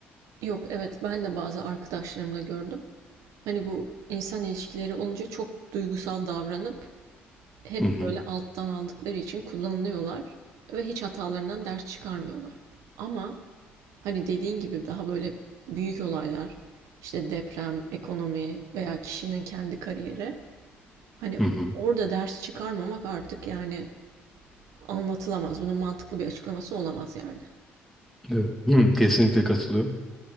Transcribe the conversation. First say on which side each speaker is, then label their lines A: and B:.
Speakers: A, on the right; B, in the centre.
A: Yok evet ben de bazı arkadaşlarımda gördüm. Hani bu insan ilişkileri olunca çok duygusal davranıp Hep
B: Hı hı.
A: böyle alttan aldıkları için kullanılıyorlar ve hiç hatalarından ders çıkarmıyorlar. Ama hani dediğin gibi daha böyle büyük olaylar, işte deprem, ekonomi veya kişinin kendi kariyeri, hani
B: Hı hı.
A: orada ders çıkarmamak artık yani anlatılamaz. Bunun mantıklı bir açıklaması olamaz yani.
B: Evet. <clears throat> Hı, kesinlikle katılıyorum.